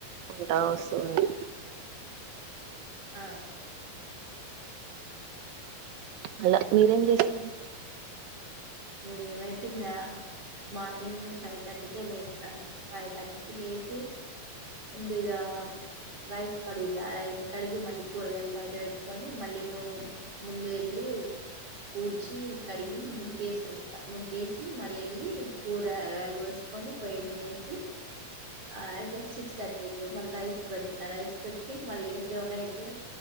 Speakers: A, on the right; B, on the right.
A: ఉంటా వస్తూ ఉడి
B: ఆ
A: అలా మీరేం చేస్త
B: మేము ఏం ంగ్ మార్నింగ్ ఫైవ్ థర్టీకే లేస్తాము ఫైవ్ థర్టీకి లేచి ముందిగా రైస్ కడుగుతా రైస్ కడిగి మళ్ళీ కూరగాయలు బయట పెట్టుకొని మళ్ళీ ము ముందు వెళ్ళి లీ ఊడ్చి కడిగి ముగ్గు వేసేసి ముగ్గేసి మళ్ళళ్ళి కూరగాయలు కోసుకొని పొయ్యి మీనేసి ఆ సిక్స్ థర్టీ అయితే మళ్ళీ రైస్ పెడత రైస్ పెట్టి మళ్ళీ సెవెన్ అయితే